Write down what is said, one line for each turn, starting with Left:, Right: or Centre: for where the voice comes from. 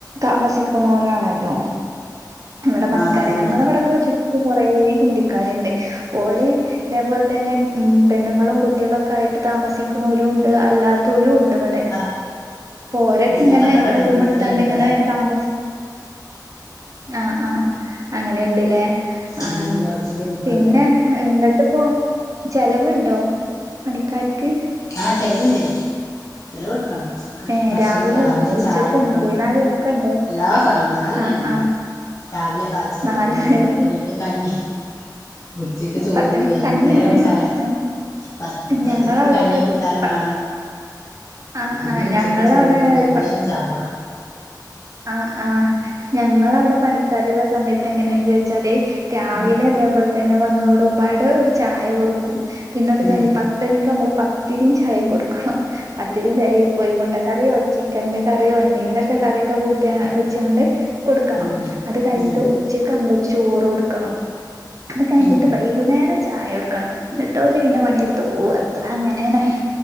Right: താമസിക്ക്‌ണോലാണല്ലോ നമ്മടെ പണിക്കാര്
Left: ആ അതന്നെ
Right: ഞങ്ങളെ ഇവിടെക്കെ ചുറ്റും കൊറേ ഹിന്ദിക്കാര്ണ്ട് ഓര് ഇതേപോൽതന്നെ ഉം പെണ്ണുങ്ങളും കുട്ടികളൊക്കായിട്ട് താമസിക്ക്‌ണോലും ഉണ്ട് അല്ലാത്തോരും ഉണ്ട് ഇവി ടെ
Left: ആ
Right: പ്പോരൊക്കെങ്ങനെ
Left: ഞങ്ങളെ ഇവിടെ
Right: റൂമെടുത്താണ്ട്ങ്ങനെ
Left: ഇവിടെണ്ട് ഇവിടെ
Right: താമസി ആഹ് ആഹ് അങ്ങനെ ഇണ്ട്ലേ ആഹ്
Left: ഉം ലോഡ്ജില് നിക്ക്ണ്ട്
Right: പിന്നെ എന്നിട്ട്പ്പം ചെലവ്ണ്ടോ പണിക്കാര്ക്ക്
Left: ആഹ് ചെലവ്ണ്ട് ചെലവ് കൊടുക്കണം ആഹ്
Right: ഏ
Left: ഭക്ഷണം
Right: രാവിലെയും
Left: രാവിലെ
Right: ഉച്ചക്കും
Left: ചായ കൊടുക്കണം
Right: വൈകുന്നേരവും ഒക്കെ ഉണ്ടോ
Left: എല്ലാം സമയം നാല്
Right: ആ
Left: നേരം ഇണ്ട്
Right: ആ
Left: രാവിലെ പാൽ ചായ
Right: നാല്
Left: കൊടുക്കണം പിന്നെ
Right: നേരം
Left: പത്തണിക്ക്
Right: കൂടി
Left: കഞ്ഞി ഉച്ചക്ക് ചോറ്
Right: പത്തണിക്ക്
Left: വൈകുന്നേരം
Right: കഞ്ഞിയാണ്
Left: ചായ
Right: ഏ,
Left: പത് പത്തണിക്ക്
Right: ഞങ്ങളവിടൊക്കെ
Left: കഞ്ഞി കൂ ട്ടാനും
Right: പ-
Left: വേണം
Right: ആ
Left: പിന്നെ
Right: ആ
Left: ഉച്ചക്ക്
Right: ഞങ്ങളവിടെ
Left: ചോറ് വൈകുന്നേരം ചായ
Right: ആഹ് ആഹ് ഞങ്ങളവിടെ പണിക്കാരുള്ള സമയത്ത് എങ്ങനെയാണ് ചോയിച്ചാല് രാവിലെ
Left: ഉം
Right: ഇതേ പോലെ തന്നെ വന്നോടുമ്പാട് ഒരു ചായ കൊടുക്കും പിന്നെ അത്
Left: ഉം
Right: കഴിഞ്ഞ് പത്ത് പത്തണിക്കമ്മള് പത്തിരിം ചായേം കൊടുക്കണം പത്തിരിം ചായേം കോയിമുട്ട മുട്ടക്കറിയോ ചിക്കന്റെ കറിയോ എന്തെങ്കിലൊക്കെ കറിയൊക്കെ കൂട്ടിയാ വെച്ചാണ്ട് കൊടുക്കണം
Left: ഉം
Right: അത് കയ്ഞ്ഞിട്ട്
Left: ഉം
Right: ഉച്ചക്കമ്മളൊരു ചോറ് കൊടുക്കണം അത് കയ്ഞ്ഞിട്ട്
Left: ഉം
Right: വൈ കുന്നേരം ചായൊടുക്കണം എന്നിട്ടോല് പിന്നെ പണിയെടുത്ത് പോകും അത്ര അങ്ങനെണ്